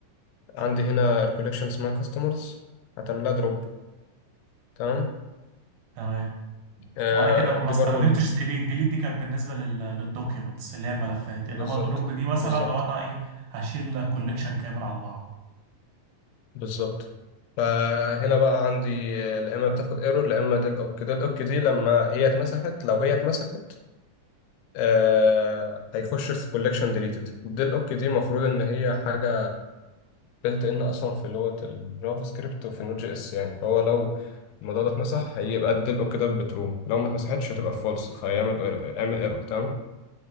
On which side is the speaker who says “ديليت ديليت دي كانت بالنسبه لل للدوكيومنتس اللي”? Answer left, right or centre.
Right